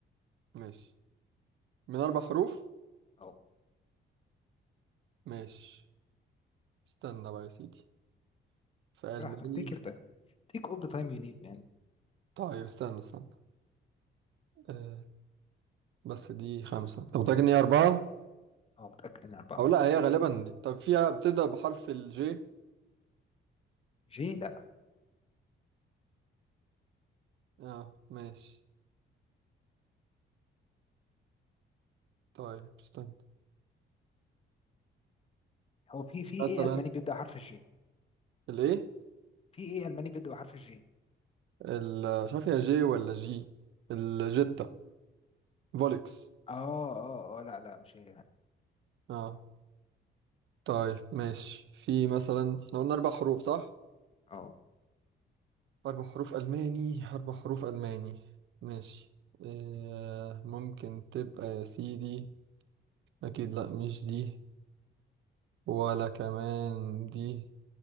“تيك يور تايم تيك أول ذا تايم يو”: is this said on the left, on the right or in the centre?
Left